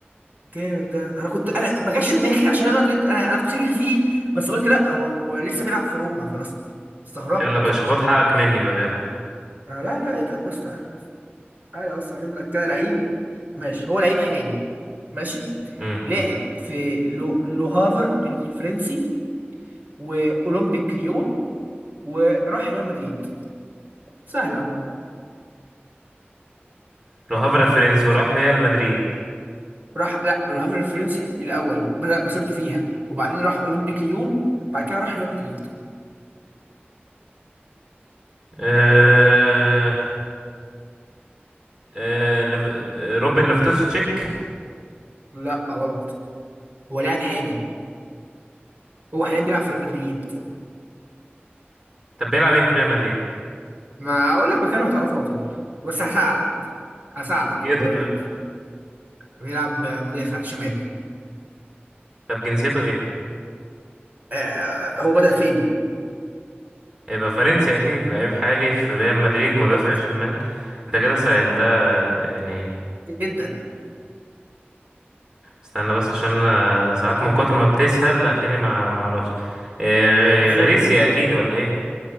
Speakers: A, on the right; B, on the right.
A: جامد ده انا كنت انا ما جاش في دماغي عشان انا كنت انا, أنا كنت شاكك فيه بس قلت لا هو هو لسه بيلعب في روما فانا است- استغربت
B: يلا يا باشا خد حقك مني بقى يلا
A: لا لا لا اتقل بص تعالى تعالى اصلا هجيب لك كده لعيب ماشي هو لعيب حالي ماشي
B: امم
A: لعب في لو... لوهافر الفرنسي واولمبيك ليون وراح ريال مدريد سهل عموما
B: لوهافر الفرنسي وراح ريال مدريد
A: راح لا لوهافر الفرنسي الاول بدأ مسيرته فيها وبعدين راح اولمبيك ليون بعد كده راح ريال مدريد
B: أه... أه... ليف- آه، روبن ليفتوس تشيك
A: لا غلط هو لاعب حالي هو حاليا بيلعب في ريال مدريد
B: طب بيلعب ايه في ريال مدريد
A: ما اقول لك مكانه هتعرفه على طول بس هساعدك هساعدك
B: جنسيته
A: وهقول
B: طيب
A: لك مكانه. بيلعب مدافع شمالي
B: طب جنسيته ايه
A: آه هو بدأ فين؟
B: هيبقى فرنسي اكيد لعيب حالي في ريال مدريد مدافع
A: بالظبط
B: شمال انت كده سهلتها يعني
A: جدا
B: استنى بس عشان أنا ساعات من كتر ما بتسهل هتلاقيني ما ما اعرفش آه،
A: بالظبط
B: غ- غريسيا اكيد ولا ايه